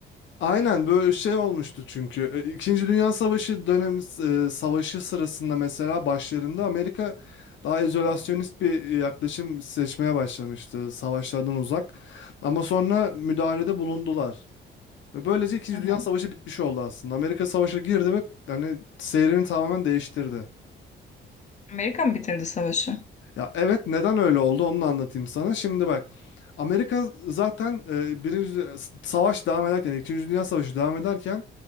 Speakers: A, on the left; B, on the left.
A: Aynen böyle şey olmuştu çünkü. E, İkinci Dünya Savaşı dönemi e, savaşı sırasında mesela başlarında Amerika daha izolasyonist bir e, yaklaşım seçmeye başlamıştı savaşlardan uzak. Ama sonra müdahalede bulundular. Ve böylece İkinci
B: Hı hı.
A: Dünya Savaşı bitmiş oldu aslında. Amerika savaşa girdi ve hani seyrini tamamen değiştirdi.
B: Amerika mı bitirdi savaşı?
A: Ya evet neden öyle oldu onu da anlatayım sana. Şimdi bak Amerika zaten e, birinci Dü- savaş devam ederken İkinci Dünya Savaşı devam ederken